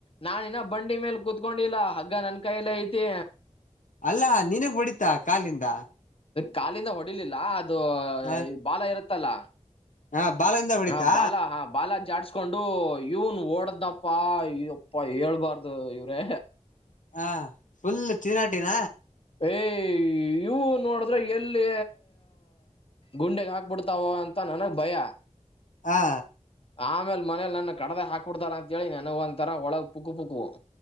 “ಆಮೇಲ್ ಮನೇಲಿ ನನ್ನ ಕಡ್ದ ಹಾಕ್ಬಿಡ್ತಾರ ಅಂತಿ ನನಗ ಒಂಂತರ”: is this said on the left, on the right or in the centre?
Left